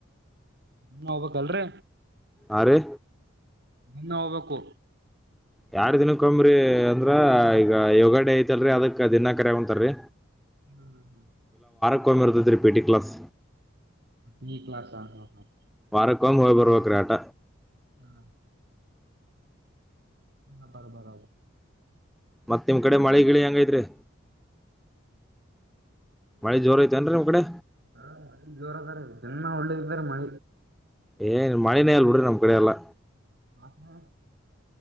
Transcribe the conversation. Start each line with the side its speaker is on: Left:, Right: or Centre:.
Right: ನೀ ಹೋಗ್ಬೇಕಕ್ಲ್ರಿ
Centre: ಆ ರೀ
Right: ನಿನ್ನ ಹೋಗ್ಬೇಕು
Centre: ಯಾರ್ ದಿನ ಕಂಬ್ರಿ ಅಂದ್ರ ಈಗ ಯೋಗ ಡೇ ಐತಲ್ರರಿ ಅದಕ್ ದಿನಾ ಕರ ಹೊಂತಾರರಿ
Right: ಹ್ಮ್ ಹ್ಮ್ <inaudible>
Centre: ಹಕೊಂಡ ಬರ್ತದೆ ರರಿ ಪೇಟಿ ಕ್ಲಾಸ್
Right: ನೀಕ್ಲತ ಹ ಹಾ <unintelligible>
Centre: ವಾರಕ್ಕೊಂಬ್ ಹೋಗ್ ಬರ್ಬೇಕ ರೀ ಆಟ
Right: ಹ <inaudible> ಹ್ಮ ಬರ ಬರ
Centre: ಮತ್ತತ್ ನಿಮ್ ಕಡೆ ಮಳೆ ಗಿಳಿ ಹೆಂಗೈತ್ರಿರಿ ಮಳಿ ಜೋರ್ ಐತೆೇನ್ರಿ ನಿಮ್ ಕಡೆ
Right: ಹ ಜೋರದ ಜ್ಣ ಒಳ್ಳೇದಾರೆ ಮಿ
Centre: ಏ ಮಳನೇ ಅಲ್ ಬಿಡ್ರಿ ನಮ್ ಕಡೆ ಎಲ್ಲಾ
Right: ಹ್ಮ